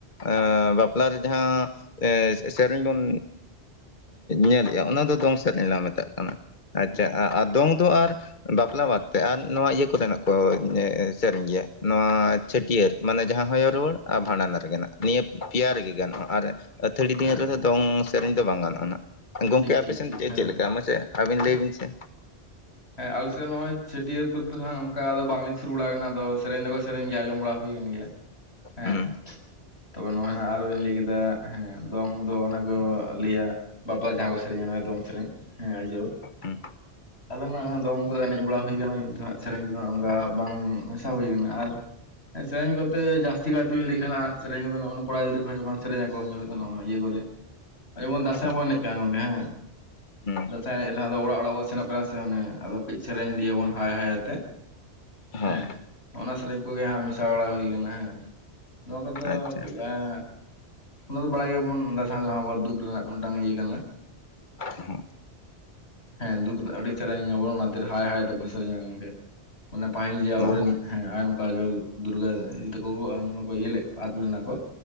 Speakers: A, on the left (about 45°); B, on the left (about 70°).
A: ᱮᱸ ᱵᱟᱯᱞᱟᱨᱮ ᱡᱟᱦᱟᱸ ᱮ ᱥᱮᱨᱮᱧ ᱵᱚᱱ ᱧᱮᱞᱮᱜᱼᱟ ᱚᱱᱟ ᱫᱚ ᱫᱚᱝ ᱥᱮᱨᱮᱧ ᱱᱟᱦᱟᱜ ᱢᱮᱛᱟᱜ ᱠᱟᱱᱟ ᱟᱪᱪᱷᱟ
B: ᱦᱮᱸ
A: ᱫᱚᱝ ᱫᱚ ᱟᱨ ᱵᱟᱯᱞᱟ ᱵᱟᱫᱛᱮ ᱟᱨ ᱱᱚᱣᱟ ᱤᱭᱟᱹ ᱠᱚᱛᱮᱱᱟᱜ ᱠᱚ ᱥᱮᱨᱮᱧ ᱜᱮᱭᱟ ᱱᱚᱣᱟ ᱪᱷᱟᱹᱴᱭᱟᱹᱨ ᱢᱟᱱᱮ ᱡᱟᱦᱟᱸ ᱦᱚᱭ ᱨᱩᱣᱟᱹᱲ ᱟᱨ ᱵᱷᱟᱸᱰᱟᱱ ᱨᱮᱜᱮ ᱱᱤᱭᱟᱹ ᱯᱮᱭᱟ ᱨᱮᱜᱮ ᱜᱟᱱᱚᱜᱼᱟ ᱟᱨ ᱟᱹᱛᱷᱟᱹᱲᱤ ᱫᱤᱱ
B: ᱦᱮᱸ
A: ᱨᱮᱫᱚ ᱫᱚᱝ ᱥᱮᱨᱮᱧ ᱫᱚ ᱵᱟᱝ ᱜᱟᱱᱚᱜᱼᱟ ᱜᱚᱝᱠᱮ
B: ᱴᱷᱤᱠ
A: ᱟᱯᱮ
B: ᱴᱷᱤᱠ
A: ᱥᱮᱱ
B: ᱴᱷᱤᱠ
A: ᱪᱮᱫ
B: ᱦᱮᱸ
A: ᱪᱮᱫ
B: ᱜᱚᱝᱠᱮ
A: ᱞᱮᱠᱟ ᱢᱟᱥᱮ ᱟᱹᱵᱤᱱ ᱞᱟᱹᱭ ᱵᱤᱱ ᱥᱮ
B: ᱦᱮᱸ ᱟᱞᱮᱫ ᱱᱚᱜᱼᱭ ᱪᱟᱹᱴᱭᱟᱹᱨ ᱠᱚᱫᱚ ᱚᱱᱠᱟᱫᱚ ᱵᱟᱝᱞᱤᱧ ᱥᱩᱨᱩ ᱵᱟᱲᱟ ᱟᱠᱟᱱᱟᱟᱱᱟ ᱟᱫᱚ ᱥᱮᱨᱮᱧ ᱫᱚᱠᱚ ᱥᱮᱨᱮᱧ ᱜᱮᱭᱟ ᱟᱸᱡᱚᱢ ᱵᱟᱲᱟ ᱦᱩᱭᱮᱱ ᱜᱮᱭᱟ ᱦᱮᱸ
A: ᱦᱩᱸ
B: ᱛᱚᱵᱮ ᱱᱚᱜᱚᱭ ᱦᱟᱜ ᱟᱨᱚ ᱤᱧ ᱞᱟᱹᱭ ᱠᱮᱫᱟ ᱦᱮᱸ ᱫᱚᱝ ᱫᱚ ᱚᱱᱟ ᱠᱚ ᱞᱟᱹᱭᱟ ᱵᱟᱯᱞᱟ ᱨᱮ ᱡᱟᱦᱟᱸ ᱠᱚ ᱥᱮᱨᱮᱧᱟ ᱚᱱᱟ ᱫᱚᱝ ᱥᱮᱨᱮᱧ ᱦᱮᱸ ᱟᱡᱳᱽ
A: ᱦᱩᱸ
B: ᱟᱫᱚ ᱫᱚᱝ ᱠᱚᱫᱚ ᱮᱱᱮᱡ ᱵᱟᱲᱟ ᱦᱩᱭ ᱠᱟᱱᱟ ᱠᱤᱱᱛᱩ ᱦᱟᱸᱜ ᱥᱮᱨᱮᱧ ᱠᱚᱫᱚ ᱦᱟᱸᱜ ᱚᱱᱠᱟ ᱵᱟᱝ ᱢᱮᱥᱟ ᱦᱩᱭ ᱠᱟᱱᱟ ᱟᱨ ᱥᱮᱨᱮᱧ ᱠᱚᱛᱮ ᱡᱟᱹᱥᱛᱤᱟᱭᱛᱮᱵᱤᱱ ᱞᱟᱹᱭᱠᱷᱟᱱ ᱥᱮᱨᱮᱧ ᱠᱚᱫᱚᱜᱼ ᱠᱚᱲᱟ ᱜᱤᱫᱽᱨᱟᱹᱦ ᱡᱚᱠᱷᱚᱱ ᱥᱮᱨᱮᱧ ᱟᱠᱚ ᱩᱱᱡᱚᱦᱚᱜᱼᱟ ᱤᱭᱟᱹ ᱠᱚᱨᱮ ᱡᱮᱢᱚᱱ ᱫᱟᱸᱥᱟᱭ
A: ᱦᱩᱸ
B: ᱵᱚᱱ ᱮᱱᱮᱡ ᱠᱟᱱᱟ ᱜᱚᱝᱠᱮ ᱦᱮᱸ
A: ᱦᱩᱸ
B: ᱫᱟᱸᱥᱟᱭ ᱮᱱᱮᱡ ᱨᱮᱦᱚᱸ ᱟᱫᱚ ᱚᱲᱟᱜ ᱚᱲᱟᱜ ᱵᱚᱱ ᱥᱮᱱᱚᱜ ᱠᱟᱱᱟ ᱥᱮ ᱚᱱᱮ ᱟᱫᱚ ᱠᱟᱹᱡ ᱥᱮᱨᱮᱧ ᱤᱫᱤᱭᱟᱵᱚᱱ ᱦᱟᱭ ᱦᱟᱭ ᱟᱛᱮ
A: ᱦᱳᱭ
B: ᱦᱮᱸ ᱚᱱᱟ ᱥᱮᱨᱮᱧ ᱠᱚᱜᱮ ᱦᱟᱸᱜ ᱢᱮᱥᱟ ᱵᱟᱲᱟ ᱦᱩᱭ ᱠᱟᱱᱟ ᱦᱮᱸ ᱱᱚᱣᱟ ᱠᱚᱫᱚ
A: ᱟᱪᱪᱷᱟ
B: ᱠᱟᱹᱡ ᱮᱸ ᱚᱱᱟ ᱫᱚ ᱵᱟᱲᱟᱭ ᱜᱮᱭᱟᱵᱚᱱ ᱫᱟᱸᱥᱟᱭ ᱫᱚ ᱟᱵᱚᱣᱟᱜ ᱫᱩᱠ ᱨᱮᱱᱟᱜ ᱢᱤᱫᱴᱟᱝ ᱤᱭᱟᱹ ᱠᱟᱱᱟ
A: ᱦᱚᱸ
B: ᱦᱮᱸ ᱫᱩᱠ ᱵᱚᱞ ᱚᱱᱟ ᱦᱟᱭ ᱦᱟᱭ ᱫᱚ ᱠᱚ ᱥᱮᱨᱮᱧᱟ ᱜᱚᱢᱠᱮ ᱢᱟᱱᱮ ᱯᱟᱹᱦᱤᱞ ᱡᱮ ᱟᱵᱚᱨᱮᱱ
A: ᱦᱩᱸ
B: ᱦᱮᱸ ᱟᱭᱤᱱ ᱠᱟᱡᱚᱞ ᱫᱩᱨᱜᱟᱹ ᱤ ᱛᱟᱠᱚ ᱚᱱᱟ ᱠᱚ ᱤᱭᱟᱹ ᱞᱮᱫ ᱟᱫ ᱞᱮᱱᱟ ᱠᱚ